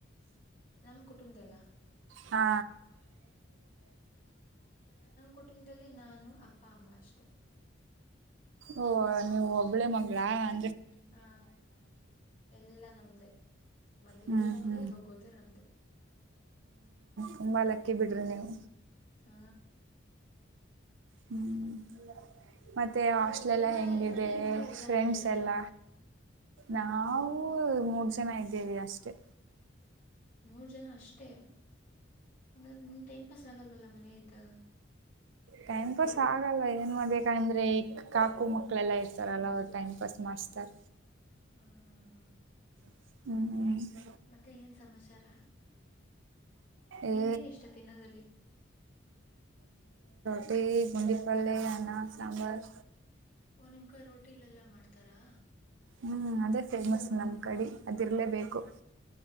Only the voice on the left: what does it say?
ನಮ್ ಕುಟುಂಬದಲ್ಲ
ನಮ್ ಕುಟುಂಬದಲ್ಲಿ ನಾನು ಅಪ್ಪ ಅಮ್ಮ ಅಷ್ಟೇ
ಹಾ ಎಲ್ಲಾ ನಮ್ದೇ ಬಂದಿದ್ದು
ನಮ್ದೇ
ಹೋಗೋದು ನಮ್ದೇ
ಹಾ
ನಿಮ್
ಮನೇಲ್ರಿ
ನಿಮ್ಮ ಜನ
ಇದ್ದೀರಾ
ನೀವು
ಮೂರ್ ಜನ ಅಷ್ಟೇ ಹಂಗಾದ್ರೆ ನಿಮ್ ಟೈಮ್ ಪಾಸ್ ಆಗಲ್ವಲ್ಲ ಮತ್ತ <unintelligible> ಇದ್ದಾಗ
ಹ್ಮ್ ಹ್ಮ್ ಹ್ಮ್
ಮತ್ತೆ ಏನ್ ಸಮಾಚಾರ
ನಿಮ್ಗೇನ್ ಇಷ್ಟ ತಿನ್ನೋದದಲ್ಲಿ
ಓ ನಿಮ್ ಕಾಯ ರೋಟಿಲೆೆಲ್ಲಾ ಮಾಡ್ತಾರಾ